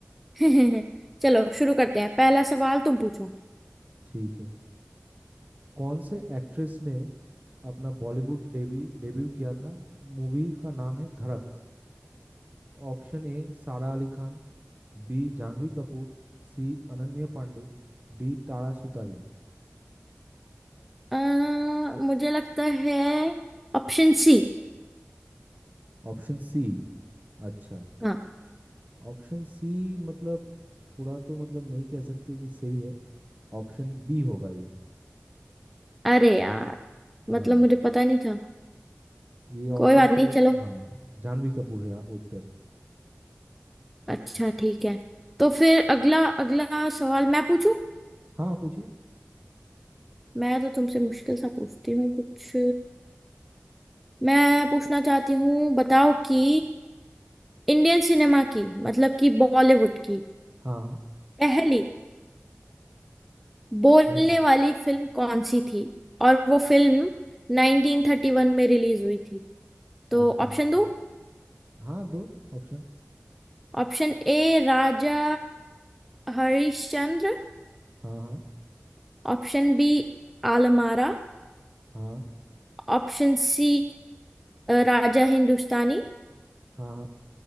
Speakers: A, in the centre; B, on the right.
A: <laughs> चलो शुरू करते हैं पहला सवाल तुम पूछो
B: ठीक है कौन से एक्ट्रेस ने अपना बॉलीवुड डेबी डेब्यू किया था मूवी का नाम है Dhadak Option A Sara Ali Khan B Janhvi Kapoor C Ananya Panday D Tara Sutaria
A: अ, मुझे लगता है ऑप्शन सी
B: Option C अच्छा
A: हाँ
B: ऑप्शन सी मतलब थोड़ा तो मतलब नहीं कह सकते कि सही है ऑप्शन बी होगा ये
A: अरे यार मतलब
B: हाँ
A: मुझे पता नहीं था
B: ये
A: कोई
B: ऑप्शन
A: बात नहीं
B: तो
A: चलो
B: हाँ जाह्नवी कपूर है उत्तर
A: अच्छा ठीक है तो फिर अगला अगला सवाल मैं पूछूं
B: हाँ पूछिए
A: मैं तो तुमसे मुश्किल सा पूछती हूँ कुछ मैं पूछना चाहती हूँ बताओ कि इंडियन सिनेमा की मतलब कि बॉलीवुड की
B: हाँ हाँ
A: पहली बोलने
B: नहीं नहीं
A: वाली फिल्म कौन सी थी और वो फिल्म 1931 में रिलीज हुई थी तो
B: अच्छा
A: ऑप्शन
B: अच्छा
A: दो
B: हाँ दो ऑप्शन
A: Option A Raja Harishchandra
B: हाँ हाँ
A: Option B Alam Ara
B: हाँ
A: Option C Raja Hindustani
B: हाँ हाँ